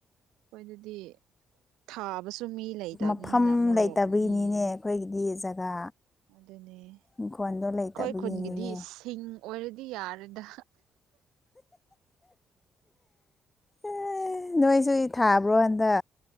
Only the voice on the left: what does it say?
ꯃꯐꯝ
ꯂꯩꯇꯕꯒꯤꯅꯤꯅꯦ
ꯑꯩꯈꯣꯏꯒꯤꯗꯤ ꯖꯒꯥ
ꯏꯪꯈꯣꯜꯗꯣ ꯂꯩꯇꯕꯒꯤꯅꯤꯅꯦ
ꯑꯦ ꯅꯣꯏꯁꯨ ꯊꯥꯕ꯭ꯔꯣ ꯍꯟꯗ